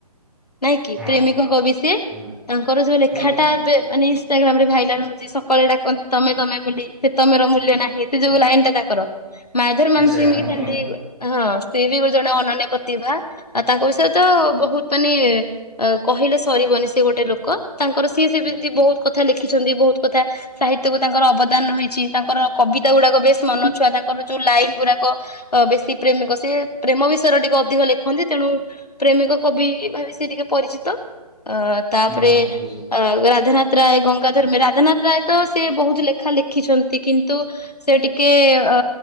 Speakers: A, on the left; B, in the centre.
A: ନାଇଁ କି
B: ହଁ
A: ପ୍ରେମିକଙ୍କ ବି ସେ
B: ହଁ
A: ତାଙ୍କର ଯୋଉ ଲେଖାଟାବେ
B: ହଁ ହଁ
A: ମାନେ ଇଷ୍ଟାଗ୍ରାମ ରେ ଭାଇରାଲ ହଉଛି ସକାଳେ ଡାକନ୍ତି ତମେ ତମେ ବୋଲି ସେ ତମର ମୂଲ୍ୟ ନାହିଁ ସେ ଯୋଉ ଲାଇନ ଟା ତାଙ୍କର ମାଧର ମାନସି
B: ଆଚ୍ଛା
A: ମି
B: ହଁ
A: ଠଡି
B: ହଁ
A: ହଁ ବି ଗୋଟେ ଜଣେ ଅନନ୍ୟ ପ୍ରଭା ଆ ତାଙ୍କ ବିଷୟରେ ତ ବହୁତ ମାନେ କହିଲେ ସରିବନି ସେ ଗୋଟେ ଲୋକ ତାଙ୍କର ସିଏ ସେମିତି ବହୁତ କଥା ଲେଖିଛନ୍ତି ବହୁତ କଥା ସାହିତ୍ୟକୁ ତାଙ୍କର ଅବଦାନ ରହିଛି ତାଙ୍କର କବିତା ଗୁଡାକ ବେଶ ମନଛୁଆ ତାଙ୍କର ଯୋଉ ଲାଇନ ଗୁଡାକ ବେଶୀ ପ୍ରେମିକ ସେି ପ୍ରେମ ବିଷୟରେ ଟେ ଟେ ଅଧିକ ଲେଖନ୍ତି ତେଣୁ ପ୍ରେମିକ କବି ଭାି ସେି ଟିକେ ପରିଚିତ ଅ ତାପରେ
B: ହଁ ହଁ ବୁଝ
A: ଅ ରାଧାନଥ ରାୟ ଗଙ୍ଗାଧର୍ମେ ରାଧାନାଥ ରାୟ ତ ସେ ବହୁତ ଲେଖା ଲେଖିଛନ୍ତି କିନ୍ତୁ ସେ ଟିକେ ଅ